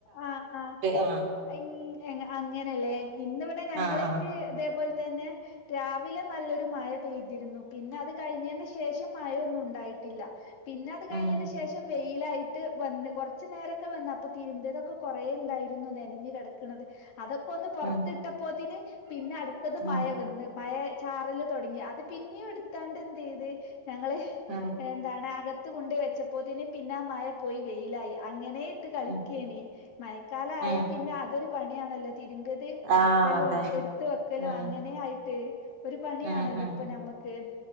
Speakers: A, on the left; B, on the right.
A: അ അ
B: ആഹ്
A: ഇഞ് അങ്ങനെ ലെ ഇന്ന് ഇവിടെ ഞങ്ങളക്ക്
B: ആഹ് ആഹ്
A: ഇതെ പോ തന്നെ രാവിലെ നല്ല ഒരു മഴ പെയ്തിരുന്നു പിന്നെ അത് കഴിഞ്ഞേന് ശേഷം മഴയൊന്നുണ്ടായിട്ടില്ല പിന്നെ അത്
B: ഉം
A: കഴിഞ്ഞെന്റെ ശേഷം വെയ് ലായിട്ട് വന്ന് കൊർച്ച് നേരം ഇക്ക വന്ന് അപ്പ തിരിമ്പിയതൊക്കെ കൊറെ ണ്ടായിരുന്നു നെനഞ്ഞ് കെട്ക്ക്ണത്- അത് ഒക്കെ ഒന്ന് പൊറത്ത്
B: ഉം
A: ട്ടപ്പോത്തിന് പിന്നെ അടുത്തത്
B: ഉം
A: മഴവന്ന് മഴചാറല് തൊടങ്ങി അത്- പിന്നെടുത്താണ്ട് എന്ത് ചെയ്ത്- ഞങ്ങള്
B: ഉം
A: എന്താണ്അകത് ത്തുകൊണ്ട് വെച്ച പോത്തിന് പിന്നാ മഴ പോയി- വെയിലായി അങ്ങനെ- ട്ട്കളിക്കാണ്
B: ഉം
A: മയക്കാലാ
B: ഉം
A: ആയപിന്നെയതൊര് പണിയാണല്ലോ? തിരുമ്പിയത് ഒണക്കലും
B: ആഹ് അതെ
A: എടുത്ത് വെക്കലും
B: ഉം
A: അങ്ങനെ ആയിട്ട്- ഒരു പണിയാണല്ലോ
B: ഉം ഉം
A: ഇപ്പ ഞമ്മക്ക്